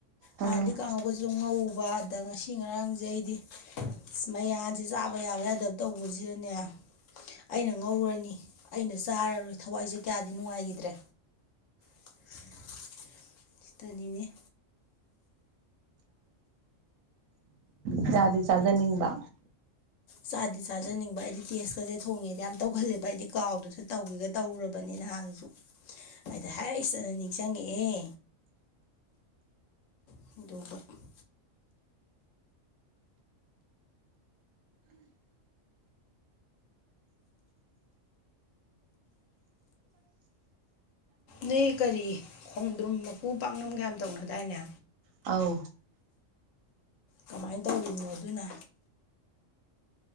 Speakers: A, on the right; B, on the left.
A: ꯎꯝ
B: ꯍꯥꯟꯅꯗꯤ ꯀꯥꯡꯉꯒꯁꯨ ꯉꯧꯕ ꯑꯗ ꯉꯁꯤ ꯉꯔꯥꯡꯁꯩ ꯑꯩꯗꯤ ꯁ ꯃ ꯌꯥꯥꯟꯁꯤ ꯆꯥꯕ ꯌꯥꯕ ꯌꯥꯗꯕ ꯇꯧꯕꯁꯤꯗꯅꯦ ꯑꯩꯅ ꯉꯧꯔꯅꯤ ꯑꯩꯅ ꯆꯥꯔꯔꯣꯏ ꯊꯋꯥꯏꯁꯦ ꯀꯌꯥꯗꯤ ꯅꯨꯡꯉꯥꯏꯈꯤꯗ꯭ꯔꯦ <inaudible> ꯁꯤꯇꯅꯤꯅꯦ
A: ꯏꯁꯥꯗꯤ ꯆꯥꯖꯅꯤꯡꯕ
B: ꯆꯥꯗꯤ ꯆꯥꯖꯅꯤꯡꯕ ꯑꯩꯗꯤ ꯇꯦꯁꯀꯁꯦ ꯊꯣꯡꯉꯦꯗꯤ ꯌꯥꯝ ꯇꯧꯈꯜꯂꯦꯕ ꯑꯩꯗꯤ ꯀꯥꯎꯗꯨꯁꯨ ꯇꯧꯈꯤꯒ ꯇꯧꯔꯨꯔꯕꯅꯤ ꯅꯍꯥꯟꯁꯨ ꯑꯩꯗ ꯍꯥꯏꯔꯛꯏꯁꯤꯅ ꯅꯤꯡꯁꯤꯡꯉꯛꯑꯦ ꯑꯗꯨꯒ ꯑꯗꯨꯒꯒ ꯅꯣꯏ ꯀꯔꯤ ꯈꯣꯡꯗ꯭ꯔꯨꯝ ꯃꯀꯨ ꯄꯥꯛꯅꯝ ꯀꯌꯥꯝ ꯇꯧꯅꯗꯥꯏꯅꯦ
A: ꯑꯥꯎ
B: ꯀꯃꯥꯏꯅ ꯇꯧꯔꯤꯅꯣ ꯑꯗꯨꯅ